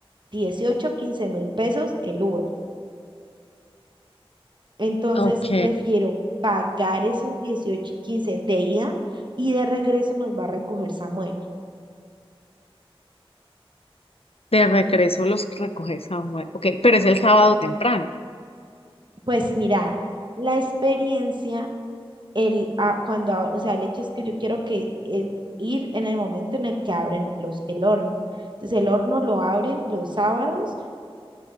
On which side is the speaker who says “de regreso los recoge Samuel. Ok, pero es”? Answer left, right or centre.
Left